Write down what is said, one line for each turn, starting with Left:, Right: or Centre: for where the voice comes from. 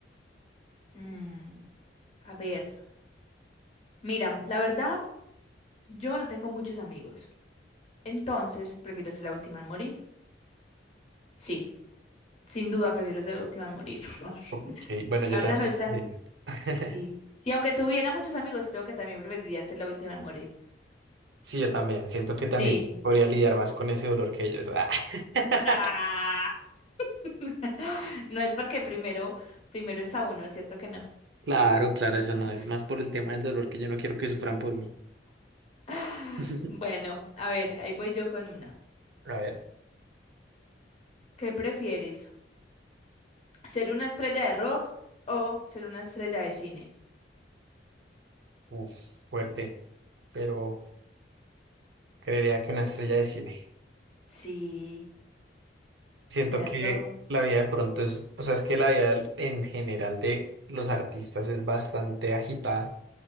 Left: Mm, a ver, mira, la verdad, yo no tengo muchos amigos, entonces prefiero ser la última en morir. Sí, sin duda prefiero ser la última en morir. <laughs>
Right: Ok, bueno,
Left: La
Right: yo
Left: verdad
Right: también
Left: no
Right: escogería.
Left: está.
Right: <laughs>
Left: Sí, sí, aunque tuviera muchos amigos, creo que también preferiría ser la última en morir.
Right: Sí, yo también. Siento que también
Left: Sí.
Right: podría lidiar más con ese dolor que ellos. Ah. <laughs>
Left: Ah. <laughs> No es porque primero, primero está uno, ¿cierto que no?
Right: Claro, claro, eso
Left: <laughs>
Right: no es más por el tema del dolor que yo no quiero que sufran por mí.
Left: <laughs>
Right: <laughs>
Left: Bueno, a ver, ahí voy yo con una.
Right: A ver,
Left: ¿Qué prefieres? ¿Ser una estrella de rock o ser una estrella de cine?
Right: uf, fuerte, pero creería que una estrella de cine.
Left: Sí,
Right: Siento
Left: de
Right: que
Left: rock.
Right: la vida de pronto es, o sea, es que la vida en general de los artistas es bastante agitada,